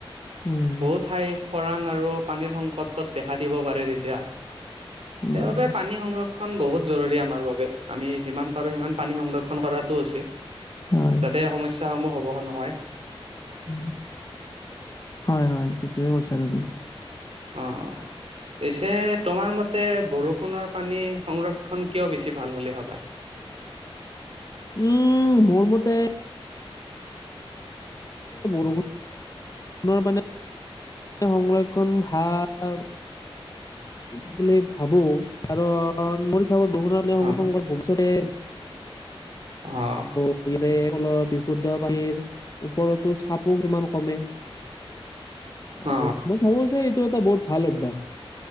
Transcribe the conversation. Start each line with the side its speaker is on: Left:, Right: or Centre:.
Left: উম,
Right: বহু ঠাই খৰাং আৰু পানীৰ সংকটত দেখা দিব পাৰে তেতিয়া। সেইবাবে
Left: উম,
Right: পানী সংৰক্ষণ বহুত জৰুৰী আমাৰ বাবে। আমি যিমান পাৰো সিমান পানী সংৰক্ষণ কৰাটো উচিত।
Left: হয়,
Right: যাতে সমস্ স্যাসমূহ হ'ব নহয়।
Left: উম, হয়, হয় ঠিকেই কৈছা তুমি।
Right: অঁ, অঁ। পিছে তোমাৰ মতে, বৰষুণৰ পানী সংৰক্ষণ কিয় বেছি ভাল বুলি ভাৱা?
Left: উম, মোৰ মতে, বৰষুণৰ পানী সংৰক্ষণ ভাল বুলি ভাৱো। কাৰণ মোৰ হিচাপত বৰষুণৰ পানী সংৰক্ষণ
Right: অ
Left: কৰি ভৱিষ্যতে
Right: অঁ।
Left: <unintelligible> ফলত বিশুদ্ধ পানীৰ ওপৰতো চাপো কিছুমান কমে।
Right: অ
Left: আৰু মই ভাৱোঁ যে এইটো এটা বহুত ভাল অভ্যাস।